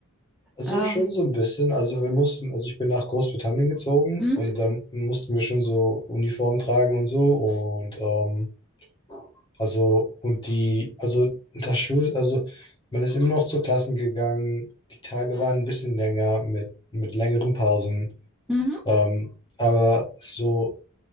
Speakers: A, on the left; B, in the centre.
A: Also
B: Ähm,
A: schon so ein bisschen. Also wir mussten, also ich bin nach Großbritannien gezogen
B: mhm,
A: und dann mussten wir schon so Uniform tragen und so und ähm, also und die, also das Schul, also man ist immer noch zu Klassen gegangen. Die Tage waren ein bisschen länger mit, mit längeren Pausen.
B: mhm.
A: Ähm, aber so,